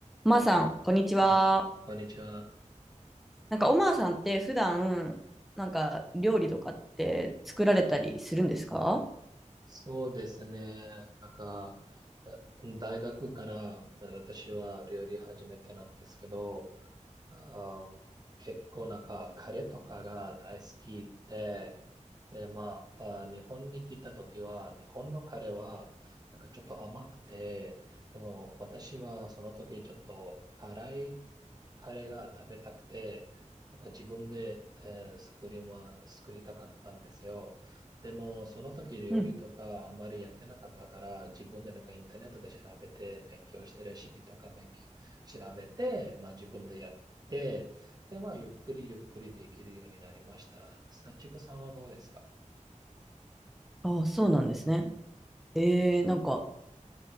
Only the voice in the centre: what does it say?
まーさん、こんにちは。
なんか、おまーさんって普段、なんか、料理とかって作られたりするんですか
うん。
ああ、そうなんですね。えー、なんか、